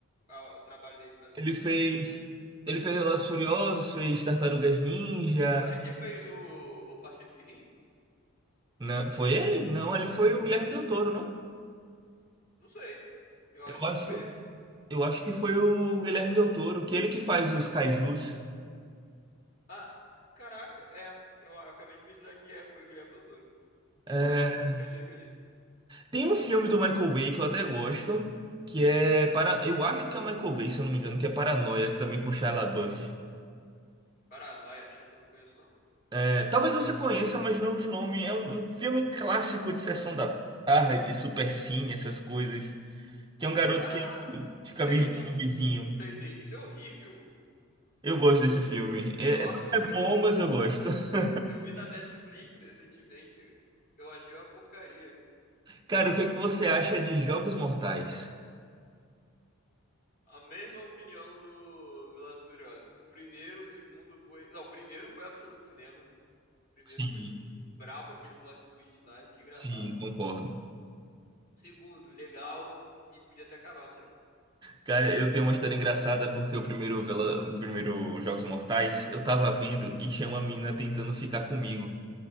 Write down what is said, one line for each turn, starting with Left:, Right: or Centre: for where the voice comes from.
Left: a- o trabalho dele pra,
Right: Ele fez,
Left: pra ter essa...
Right: ele fez Velozes e Furiosos, fez Tartarugas Ninja.
Left: Não foi ele que fez o, o Pacific Rim?
Right: Não, foi ele? Não, ele foi o Guilherme Del Toro, não?
Left: Não sei. Eu acho
Right: Eu acho,
Left: que foi ele.
Right: eu acho que foi o Guilherme Del Toro, que é ele que faz os kaijus.
Left: Ah, caraca, é. Eu a- acabei de pesquisar que é, foi o Guilherme Del Toro. Então,
Right: É,
Left: retiro o que eu disse.
Right: tem um filme do Michael Bay que eu até gosto, que é para, eu acho que é o Michael Bay, se eu não me engano, que é Paranoia, também com Shia LaBeouf.
Left: Pará, não, Ayashi, isso eu não conheço não.
Right: É, talvez você conheça, mas não de nome. É um, um filme clássico de sessão da tarde, supercine, essas coisas. Tem um garoto
Left: Ah,
Right: que fica
Left: sei
Right: vigiando
Left: sim,
Right: o vizinho.
Left: sei sim. Isso é horrível.
Right: Eu gosto desse filme. É,
Left: Nossa,
Right: é- não
Left: eu,
Right: é
Left: eu,
Right: bom,
Left: eu
Right: mas eu gosto. <laughs>
Left: Eu vi na Netflix recentemente. Eu achei uma porcaria.
Right: Cara, o que é que você acha de Jogos Mortais?
Left: A mesma opinião do Velozes e Furiosos. O primeiro, o segundo foi. Não, o primeiro foi absoluto cinema. O primeiro
Right: Sim,
Left: foi brabo, aquele plot twist lá, desgraçado.
Right: sim, concordo.
Left: Segundo, legal e podia ter acabado já.
Right: Cara, eu tenho uma história engraçada porque o primeiro, vela- o primeiro Jogos Mortais eu tava vendo e tinha uma menina tentando ficar comigo.